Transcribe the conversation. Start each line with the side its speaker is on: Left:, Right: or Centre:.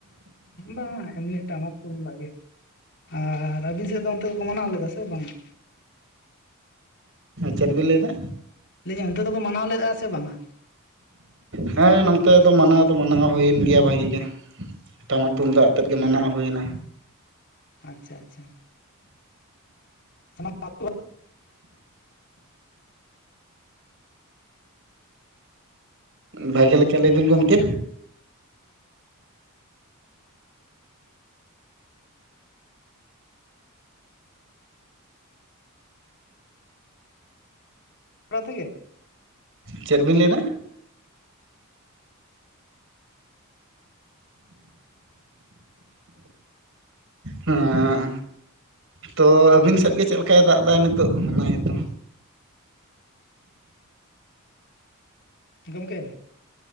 Left: ᱵᱟᱝ ᱮᱢᱱᱤ ᱴᱟᱢᱠ ᱛᱩᱢᱫᱟᱜ ᱜᱮ᱾ ᱟᱨ ᱟᱹᱵᱤᱱ ᱥᱮᱫ ᱫᱚ ᱚᱱᱛᱮ ᱫᱚᱠᱚ ᱢᱟᱱᱟᱣ ᱞᱮᱫᱟ ᱥᱮ ᱵᱟᱝᱟ?
Right: ᱪᱮᱫ ᱵᱤᱱ ᱞᱟᱹᱭᱫᱟ?
Left: ᱞᱟᱹᱭᱫᱟᱹᱧ ᱚᱱᱛᱮ ᱫᱚᱠᱚ ᱢᱟᱱᱟᱣ ᱞᱮᱫ-ᱟ ᱥᱮ ᱵᱟᱝᱟ?
Right: ᱦᱮᱸ ᱱᱚᱱᱛᱮ ᱫᱚ ᱢᱟᱱᱟᱣ ᱫᱚ ᱢᱟᱱᱟᱣ ᱦᱩᱭᱮᱱ ᱜᱮᱭᱟ ᱵᱷᱟᱹᱜᱤ ᱜᱮ᱾ ᱴᱟᱢᱟᱠ ᱛᱩᱢᱫᱟᱜ ᱟᱛᱮᱫ ᱜᱮ ᱢᱟᱱᱟᱣ ᱦᱩᱭᱮᱱᱟ᱾
Left: ᱟᱪᱪᱷᱟ ᱟᱪᱪᱷᱟ᱾ ᱥᱟᱱᱟᱢ ᱟᱹᱛᱩ ᱦᱚᱲ?
Right: ᱵᱷᱟᱜᱮ ᱞᱮᱠᱟ ᱞᱟᱹᱭ ᱵᱤᱱ ᱜᱚᱢᱠᱮ᱾
Left: ᱟᱛᱳ ᱛᱮᱜᱮ
Right: ᱪᱮᱫ ᱵᱤᱱ ᱞᱟᱹᱭᱫᱟ? ᱦᱮᱸ ᱛᱚ ᱟᱹᱵᱤᱱ ᱥᱮᱫ ᱜᱮ ᱪᱮᱫ ᱞᱮᱠᱟᱭ ᱫᱟᱜ ᱮᱫᱟ ᱱᱤᱛᱳᱜ ᱚᱱᱟ ᱜᱮ ᱛᱚ?
Left: ᱜᱚᱝᱠᱮ